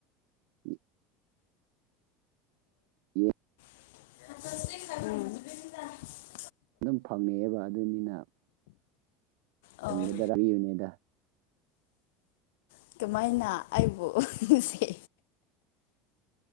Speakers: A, on the right (about 70°); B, on the left (about 80°).
A: ꯎ ꯌꯦ
B: ꯎꯝ
A: ꯑꯗꯨꯝ ꯐꯪꯉꯛꯑꯦꯕ ꯑꯗꯨꯅꯤꯅ
B: ꯑꯣ
A: ꯐꯪꯒꯗ꯭ꯔꯥꯌꯨꯅꯦꯗ
B: ꯑꯗꯨꯃꯥꯏꯅ ꯑꯩꯕꯨꯁ